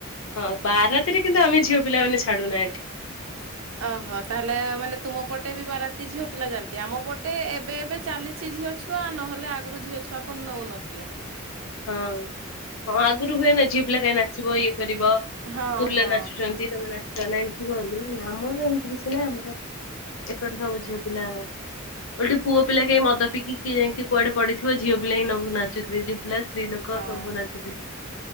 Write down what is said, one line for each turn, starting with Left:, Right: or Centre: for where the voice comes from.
Left: ହଁ ବାରାତିରେ କିନ୍ତୁ ଆମେ ଝିଅ ପିଲା ମାନ ଛାଡୁନା ଏଠି।
Right: ଓହୋ, ତାହେଲେ ମାନେ ତୁମ ପଟେ ବି ବାରତି ଝିଅ ପିଲା ଯାଆନ୍ତି, ଆମ ପଟେ ଏବେ-ଏବେ ଚାଲି କିଛି ଝିଅ ଛୁଆ ନହେଲେ ଆଗରୁ ଝିଅ ଛୁଆକୁ ନେଉ ନଥିଲେ।
Left: ହଁ, ହଁ ଆଗରୁ ହୁଏନା ଝିଅ ପିଲା କାଇଁ ନାଚିବ ଇଏ କରିବ
Right: ହଁ
Left: <unintelligible> ପିଲା
Right: ହଁ
Left: ନାଚୁଚ <unintelligible> ତମେ ନାଚ ନା ଏମ୍ତି ହୁଅନ୍ତି, ନା-ନା ଆମର ଏମ୍ତି କିଛି ନାହିଁ
Right: ହଁ
Left: ଆମର <unintelligible> ସବୁ ଝିଅ ପିଲା ଓଲ୍ଟି ପୁଅ ପିଲା କେହି ମଦ ପିଇକି କିଏ ଯାଇଁକି କୁଆଡେ ପଡିଥିବ, ଝିଅ ପିଲା ହିଁ ନାଚୁଥିବେ ଝିଅ ପିଲା ସ୍ତ୍ରୀ ଲୋକ
Right: ହଁ।
Left: ସବୁ ନାଚନ୍ତି।